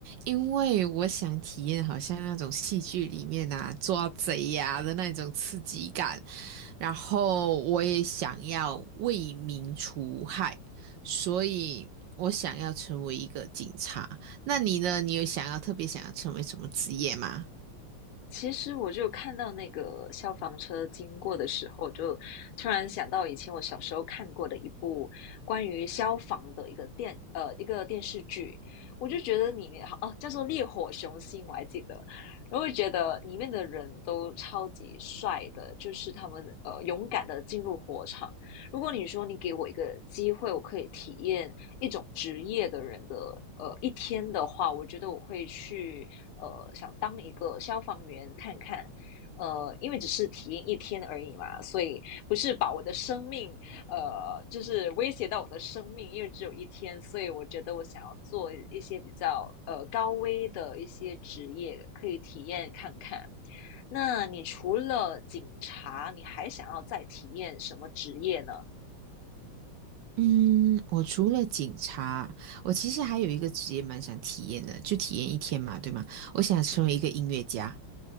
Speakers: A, on the right (about 75°); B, on the left (about 80°).
A: 因为我想体验好像那种戏剧里面呐抓贼呀、的那种刺激感，然后我也想要为民除害，所以我想要成为一个警察。那你呢？你有想要特别想要成为什么职业吗？
B: 其实我就看到那个消防车经过的时候，就突然想到以前我小时候看过的一部关于消防的一个电呃一个电视剧，我就觉得里面好哦叫做《烈火雄心》，我还记得，然后就觉得里面的人都超级帅的，就是他们呃勇敢的进入火场，如果你说你给我一个机会，我可以体验一种职业的人的呃一天的话，我觉得我会去呃想当一个消防员看看，呃，因为只是体验一天而已嘛，所以不是把我的生命呃就是威胁到我的生命，因为只有一天，所以我觉得我想要做一些比较呃高危的一些职业，可以体验看看。那你除了警察，你还想要再体验什么职业呢？
A: 嗯，我除了警察，我其实还有一个职业蛮想体验的，就体验一天嘛，对吗？我想成为一个音乐家。
B: 嗯，